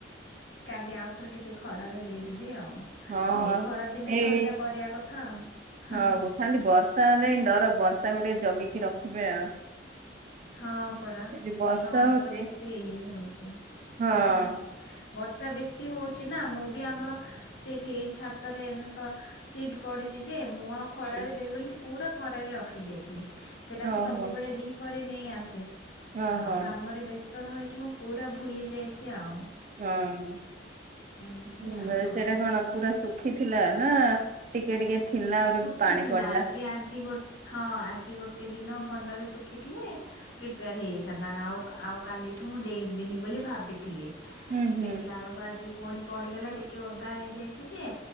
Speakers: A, on the left (about 70°); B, on the right (about 40°).
A: କାଲି ଆଉଥରେ ଟିକେ ଖରାରେ ଦେଇଦବି ଆଉ।
B: ହଁ
A: ଏଇ ଖରାଦିନେ
B: ଏଇ
A: ତ ଏଇଟା କରିବା କଥା ଆ।
B: ହଁ ଖାଲି ବର୍ଷା ହେଲେ ଡର ବର୍ଷାକୁୁ ଟିକେ ଜଗିକି ରଖିବେ ଆଉ।
A: ହଁ ପରା
B: ଏ ଯୋଉ ବର୍ଷା
A: ନହେଲେ
B: ହଉଛି
A: ତ ବେଶୀ ଇଏ ହଉଛି
B: ହଁ
A: ହା ହା ହା। ବର୍ଷା ବେଶୀ ହୋଉଛି ନା ମୁଁ ବି ଆମର ସେଠି ଏଇ ଛାତରେ ସ ସିଟ ପଡିଛି ଯେ ମୁ ଆଉ ଖରାରେ
B: ହୁଁ
A: ଦେବି ବୋଲି ପୁରା ଖରାରେ ରଖିଦେଇଥିଲି ସେଟାକୁ
B: ଓହୋ
A: ସବୁବେଳେ ଦି ପହରେ ନେଇ ଆସେ।
B: ଓହୋ
A: ଆଉ କାମରେ ବ୍ୟସ୍ତ ରହିକି ମୁଁ ପୁରା ଭୁଲି ଯାଇଛି ଆଉ।
B: ହଁ
A: ଏମିତି
B: ଉଁ,
A: ଆଉ କଣ।
B: ସେଇଟା ପୁରା ଶୁଖିଥିଲା ନାଁ ଟିକେ ଟିକେ ଥିଲା ଆହୁରି
A: ଶୁଖିଥିଲା
B: ପାଣି ପଡିଲା
A: ଆଜି ଆଜି ଗୋ ହଁ ଆଜି ଗୋଟେ ଦିନ ଭଲରେ ଶୁଖିଥିଲେ ପ୍ରିପେୟାର ହେଇ ଯାଇଥାନ୍ତା ଆଉ ଆଉ କାଲିଠୁ ମୁଁ ଦେଇବିନି ବୋଲି ଭାବିଥିଲି।
B: ଉୁଁ ହୁଁ
A: ଦେଖିଲା ବେଳକୁ ଆଜି ପୁଣି ପଡିଗଲା ଟିକେ ଓଦା ହେଇଯାଇ ଛି ଯେ